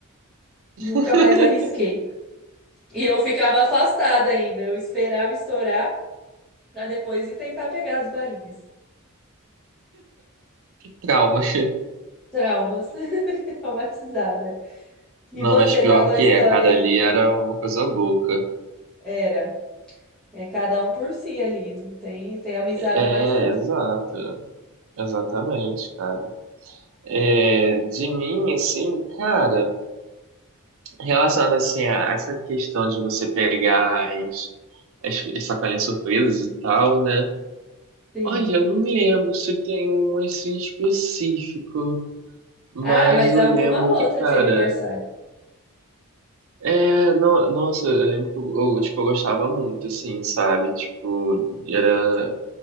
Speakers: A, in the centre; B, on the right (about 65°).
A: Nunca
B: <laughs>
A: mais arrisquei. E eu ficava afastada ainda. Eu esperava estourar pra depois ir tentar pegar as balinhas.
B: Traumas.
A: Traumas. <laughs> Traumatizada. E
B: Não,
A: você,
B: mas pior
A: tem alguma
B: que
A: história
B: é, cara,
A: aí?
B: ali era uma coisa louca.
A: Era. É cada um por si ali. Não tem, tem amizade
B: É,
A: mais não.
B: exato. Exatamente, cara. É, de mim, assim, cara, relacionado assim a essa questão de você pegar as as, as sacolinhas surpresas e tal, né?
A: Sim.
B: Olha, eu não me lembro se tem uma assim específico, mas
A: Ah, mas
B: eu
A: alguma
B: lembro
A: outra
B: que, cara,
A: de aniversário.
B: é, no- nossa, eu lembro que eu, eu, tipo, eu gostava muito, assim, sabe? Tipo, era,